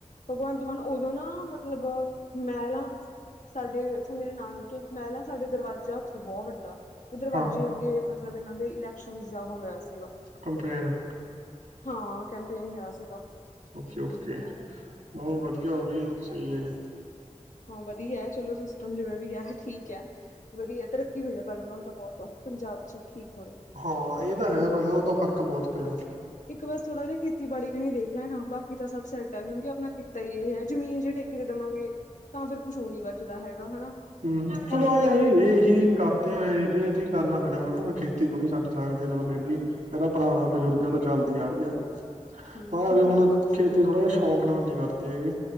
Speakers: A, on the left; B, on the right.
A: ਭਗਵੰਤ ਮਾਨ ਉਦੋਂ ਨਾ ਮਤਲਬ ਮਹਿਲਾਾਂ ਸਾਡੇ ਉੱਥੇ ਮੇਰੇ ਨਾਨਕੇ ਮਹਿਲਾਾਂ ਸਾਡੇ ਦਰਵਾਜ਼ਾ ਉੱਥੇ ਬਹੁਤ ਵੱਡਾ ਦਰਵਾਜ਼ੇ
B: ਹਾਂ
A: ਅੱਗੇ ਮਤਲਬ ਇਹਨਾਂ ਦੇ ਇਲੈਕਸ਼ਨ ਜਾ ਹੋਇਆ ਸੀਗਾ।
B: ਕਮਪੈਨ।
A: ਹਾਂ ਕੇਂਦੇ ਹੈ ਸੀਗਾ।
B: ਓਕੇ ਓਕੇ ਉਹ ਵਧੀਆ ਉਹ ਵੀ ਸਹੀ ਹੈ ਜੀ।
A: ਹਾਂ ਵਧੀਆ ਹੈ ਚਲੋ ਸਿਸਟਮ ਜਿਵੇਂ ਵੀ ਹੈ ਠੀਕ ਹੈ ਵਧੀਆ ਤਰੱਕੀ ਹੋਈ ਹੈ ਪਹਲੇ ਨਾਲ ਤਾਂ ਬਹੁਤ। ਪੰਜਾਬ ਚ ਠੀਕ ਹੋ ਰਿਹਾ।
B: ਹਾਂ ਇਹ ਤਾਂ ਹੇ ਪੇਹਦਾ ਫ਼ਰਕ ਬਹੁਤ ਪਿਆ।
A: ਇੱਕ ਬਸ ਥੋੜਾ ਜਿਹਾ ਖੇਤੀਬਾੜੀ ਦੇਖ ਲੈਣਾ ਬਾਕੀ ਤਾਂ ਸਭ ਸੈਟ ਹੈ ਕਿਉਕਿ ਅਪਣਾ ਕਿੱਤਾ ਹੀ ਇਹ ਹੈ ਜਮੀਨ ਜਿਹੜੀ ਠੇਕੇ ਤੇ ਦੇਵਾਂਗੇ ਤਾਂ ਫਿਰ ਕੁਛ ਉਹ ਨੀ ਬਚਦਾ ਹੈਗਾ ਹਨਾ
B: ਹੁੰ
A: ਕਣਕ
B: ਚਲੋ ਇਹੀ
A: ਦਾ ਮੁੱਲ
B: ਇਹੀ
A: ਬਹੁਤ
B: ਕਰਦੇ ਆ ਏਦੇ ਤੇ ਕਰਨਾ ਪੈਣਾਾ ਮੈ ਕਿਹਾ ਖੇਤੀ ਥੋੜ੍ਹੀਛੱਡ ਸਕਦੇ ਆ ਚਲੋ ਫਿਰ ਵੀ ਜਿਹੜਾ ਪੁਰਾਣਾ ਬਜ਼ੁਰਗ਼ ਤ ਚੱਲਦੀ ਆ ਰਹੀ ਆ।
A: ਹੂੰ
B: ਹਾਂ
A: ਖੇਤੀ
B: ਵੀ ਹੁਣ
A: ਤਾਂ ਕਰਨੀ ਛੱਡੀ
B: ਖੇਤੀ
A: ਹੁੰਦੀ
B: ਥੋੜ੍ਹਾ ਜਿਹਾ
A: ਹੈ।
B: ਸ਼ੌਂਕ ਨਾਲ ਨੀ ਕਰਦੇ ਹੈਗੇ